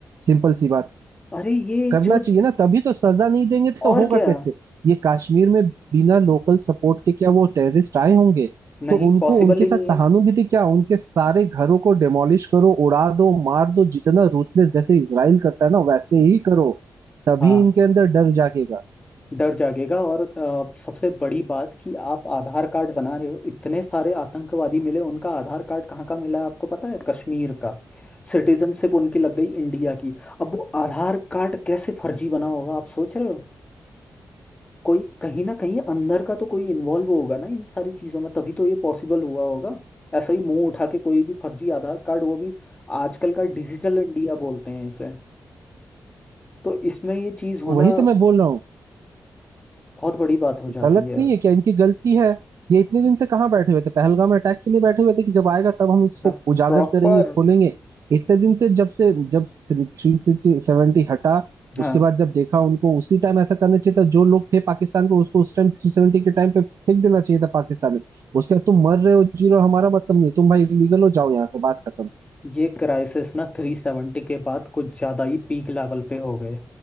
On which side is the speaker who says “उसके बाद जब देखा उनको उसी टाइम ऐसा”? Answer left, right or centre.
Right